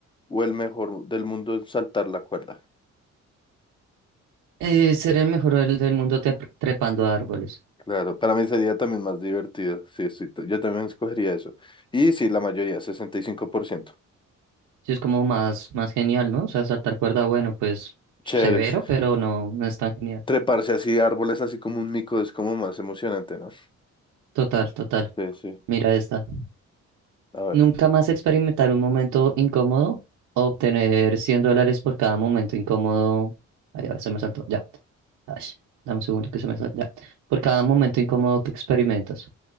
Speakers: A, on the left; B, on the right.
A: O el mejor del mundo en saltar la cuerda.
B: Eh, ser el mejor del, del mundo te- trepando a árboles.
A: Claro, para mí sería también más divertido. Sí, estoy t- yo también escogería eso. Y sí, la mayoría, 65%.
B: Sí, es como más, más genial, ¿no? O sea, saltar cuerda, bueno, pues severo,
A: Chévere. sí.
B: pero no, no es tan genial.
A: Treparse así, árboles así como un mico es como más emocionante, ¿no?
B: Total, total.
A: Sí, sí.
B: Mira esta.
A: A ver.
B: Nunca más experimentar un momento incómodo o obtener 100 dólares por cada momento incómodo. Ay, ahora se me saltó. Ya. Ay, dame un segundo que se me saltó. Ya. Por cada momento incómodo que experimentas.